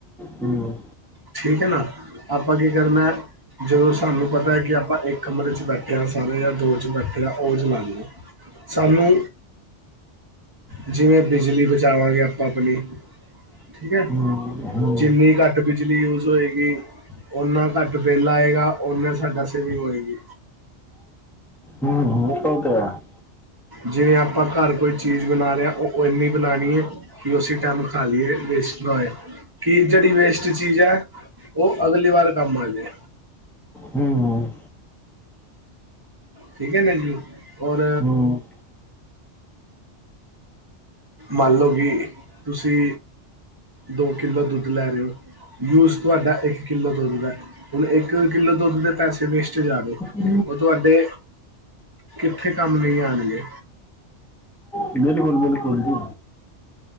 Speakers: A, in the centre; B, on the right.
A: ਹੂੰ
B: ਠੀਕ ਹੈ ਨਾ, ਆਪਾਂ ਕੀ ਕਰਨਾ ਜਦੋਂ ਸਾਨੂੰ ਪਤਾ ਹੈ ਕਿ ਆਪਾਂ ਇੱਕ ਕਮਰੇ 'ਚ ਬੈਠੇ ਹਾਂ ਸਾਰੇ ਜਾਂ ਦੋ 'ਚ ਬੈਠੇ ਹਾਂ ਉਹ ਚਲਾਲੋ। ਸਾਨੂੰ, ਜਿਵੇਂ ਬਿਜਲੀ ਬਚਾਵਾਂਗੇ ਆਪਾਂ ਆਪਣੀ ਠੀਕ ਹੈ,
A: ਹੂੰ
B: ਜਿੰਨੀ ਘੱਟ ਵੀ ਬਿਜਲੀ ਯੂਜ ਹੋਏਗੀ, ਓਨਾ ਘੱਟ ਬਿੱਲ ਆਏਗਾ, ਓਨਾਂ ਸਾਡਾ ਸੇਵਿੰਗ ਹੋਏਗੀ।
A: ਹੂੰ, ਹੂੰ, ਪਤੋ ਕਿਆ ਹੈ।
B: ਜੇ, ਆਪਾ ਘਰ ਕੋਈ ਚੀਜ਼ ਬਣਾ ਰਹੇ ਹਾਂ, ਉਹ ਇਨੀ ਬਣਾਣੀ ਏ। ਕਿ, ਉਸੀ ਟਾਈਮ ਖਾ ਲਈਏ ਵੇਸਟ ਨਾ ਹੋਏ, ਕਿ ਜਿਹੜੀ ਵੇਸਟ ਕੀ ਚੀਜ਼ ਹੈ, ਉਹ ਅਗਲੀ ਵਾਰ ਕੰਮ ਆਜੇ।
A: ਹੂੰ,
B: ਠੀਕ ਹੈ, ਨਾ ਜੀ। ਔਰ
A: ਹੂੰ
B: ਮੰਨ ਲਓ ਕਿ, ਤੁਸੀਂ, ਦੋ-ਕਿੱਲੋ ਦੁੱਧ ਲੈ ਰਹੇ ਹੋ ਯੂਜ ਤੁਹਾਡਾ ਇੱਕ ਕਿੱਲੋ ਦੁੱਧ ਦਾ, ਹੁਣ, ਇੱਕ ਕਿੱਲੋ ਦੁੱਧ ਦੇ ਪੈਸੇ ਵੇਸਟ ਜਾ ਰਹੇ।
A: <inaudible>
B: ਉਹ ਤੁਹਾਡੇ ਕਿੱਥੇ ਕੰਮ ਨਹੀਂ ਆਉਣਗੇ
A: ਬਿਲਕੁਲ, ਬਿਲਕੁਲ ਜੀ!